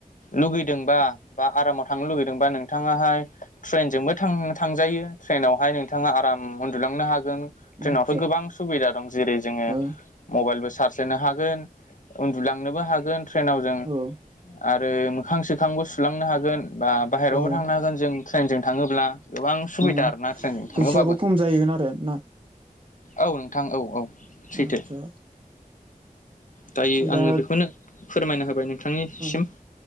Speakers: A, on the left; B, on the right.
A: लुगैदोंबा बा आरामाव थांनो लुगैदोंबा नोंथाङाहाय ट्रेनजोंबो थां थांजायो। ट्रेनावहाय नोंथाङा आराम उन्दुलांनो हागोन। ट्रेन
B: आतसा
A: आवथ' गोबां सुबिदा दं जेरै जोङो
B: ओ
A: मबाइलबो सार्स होनो हागोन। <unintelligible> उनदुलांनोबो हागोन ट्रेन आव जों
B: औ
A: आरो मोखां सोखांबो सुलांनो हागोन बा बाहेरायावबो
B: औ
A: थांनो हागोन जों ट्रेनजों थाङोब्ला गोबां सुबिदा
B: ओ
A: आरोना ट्रेनजों थाङोबाबो
B: फैसायाबो खम जाहैगोन आरो ना?
A: औ नोंथां औ औ सैथो
B: आतसा
A: दायो
B: दा
A: आङो बेखौनो फोरमायना होबाय नोंथांनिसिम
B: <unintelligible>